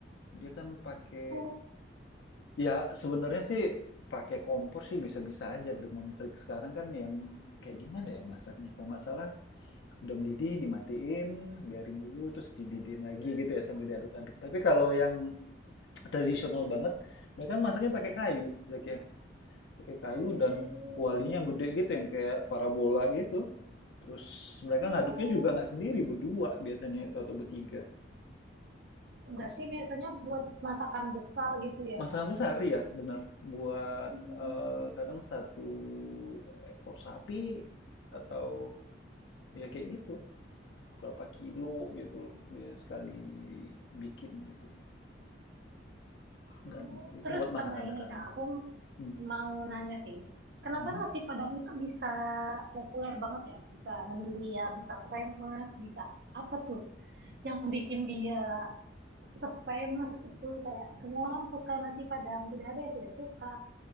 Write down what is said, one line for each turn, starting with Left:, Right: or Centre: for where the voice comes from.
Left: Dia kan pakai
Right: Oh,
Left: Ya, sebenarnya sih pakai kompor sih bisa-bisa aja dengan trik sekarang kan yang kayak gimana ya masaknya. Kalau nggak salah udah mendidih dimatiin, biarin dulu terus dididihin lagi gitu ya sambil diaduk-aduk. Tapi kalau yang tradisional banget, mereka masaknya pakai kayu, Zakia. Pakai kayu
Right: oh,
Left: dan kualinya yang gede gitu yang kayak parabola gitu. Terus mereka
Right: oh.
Left: ngaduknya juga nggak sendiri, berdua biasanya itu atau bertiga.
Right: Berarti
Left: Jadi
Right: biasanya buat masakan besar gitu ya?
Left: Masalah besar ya, bener. Buat,
Right: Hmm.
Left: eee, kadang satu ekor sapi atau ya kayak gitu, berapa kilo gitu loh dia sekali bikin gitu, dan
Right: Oh,
Left: itu
Right: Terus
Left: buat makan
Right: sama
Left: rame-rame.
Right: ini, Kak, aku
Left: Mhm
Right: mau nanya sih. Kenapa
Left: mhm.
Right: nasi Padang itu bisa populer banget ya? Bisa mendunia, bisa famous, bisa apa tuh? yang bikin dia se-famous itu kayak semua orang suka nasi Padang, tidak ada yang tidak suka.